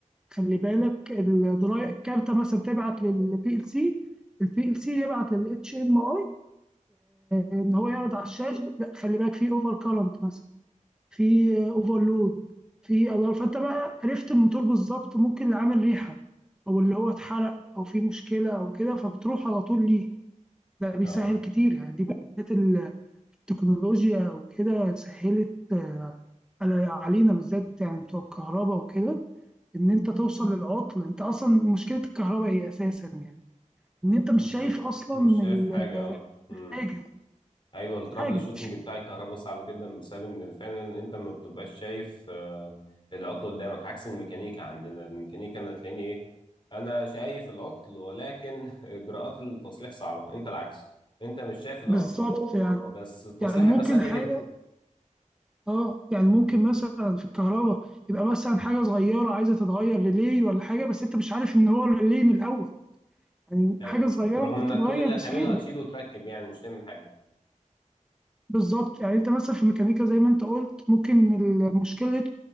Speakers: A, in the centre; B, on the left.
A: خلي بالك الدراي الكارتة مثلا تبعت للبي ال سي البي ال سي يبعت للاتش ام اي ان هو يعرض على الشاشة لا خلي بالك في اوفر كارنت مثلا في اوفرلود في الار فانت بقى عرفت الموتور بالظبط ممكن اللي عامل ريحة او اللي هو اتحرق او في مشكلة او كده فبتروح على طول ليه ده بيسهل
B: اه
A: كتير يعني دي من الحاجات التكنولوجيا وكده سهلت آه، على- علينا بالذات يعني بتوع الكهرباء وكده ان انت توصل للعطل انت اصلا مشكله الكهرباء ايه اساسا يعني ان انت مش
B: مشكله
A: شايف اصلا
B: مش شايف
A: ال-
B: حاجه اه امم
A: الحاجه
B: ايوه الترابل
A: الحاجه
B: شوتنج
A: مش-
B: بتاع الكهرباء صعب جدا بسبب ان فعلا انت ما بتبقاش شايف آه، العطل قدامك عكس الميكانيكا عندنا الميكانيكا انا تلاقيني ايه انا شايف العطل ولكن <laughs> اجراءات التصليح صعبه انت العكس انت مش شايف العطل
A: بالظبط يعني
B: بس التصليح
A: يعني ممكن
B: هيبقى سهل
A: حاجه
B: جدا
A: اه يعني ممكن
B: مم.
A: مثلا في الكهرباء يبقى مثلا حاجه صغيره عايزه تتغير ريلي ولا حاجه بس انت مش عارف ان هو ريلي من الاول يعني
B: ايوه
A: حاجه صغيره
B: رغم
A: ممكن
B: انك
A: تتغير
B: كل اللي
A: بسهوله
B: هتعمله هتشيله وتركب يعني مش تعمل حاجه
A: بالظبط يعني انت مثلا في الميكانيكا زي ما انت قلت ممكن المشكله